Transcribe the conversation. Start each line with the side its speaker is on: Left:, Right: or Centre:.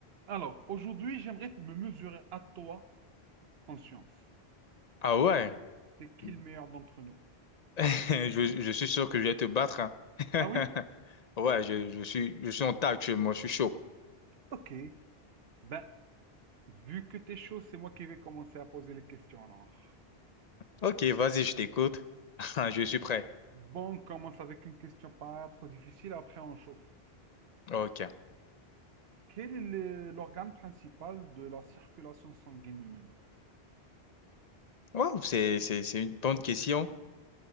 Right: Alors, aujourd'hui, j'aimerais me mesurer à toi en science.
Left: Ah ouais,
Right: C'est qui
Left: <laughs>
Right: le meilleur d'entre nous?
Left: je, je suis sûr que je vais te battre. hein. <laughs>
Right: Ah oui?
Left: Ouais, je, je suis, je suis en tas actuellement, je suis chaud.
Right: Ok. Ben, vu que t'es chaud, c'est moi qui vais commencer à poser les questions alors.
Left: Ok, vas-y, je t'écoute. <laughs> Je suis prêt.
Right: Bon, on commence avec une question pas trop difficile, après on chauffe.
Left: Ok.
Right: Quel est le- l'organe principal de la circulation sanguine humaine?
Left: Wow, c'est, c'est, c'est une bonne question.